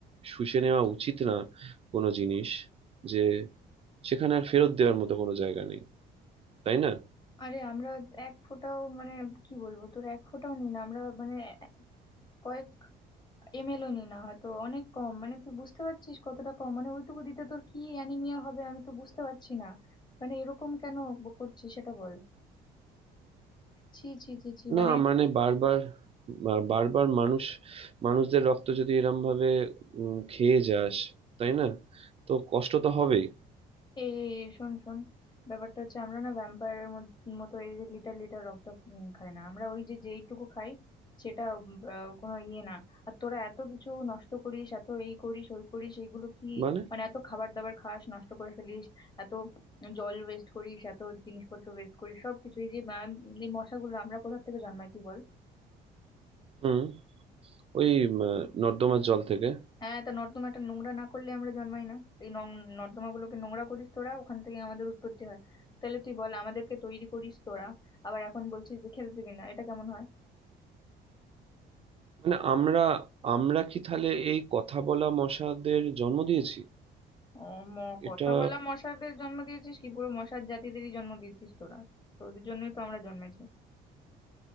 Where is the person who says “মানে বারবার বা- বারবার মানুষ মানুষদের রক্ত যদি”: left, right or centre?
Right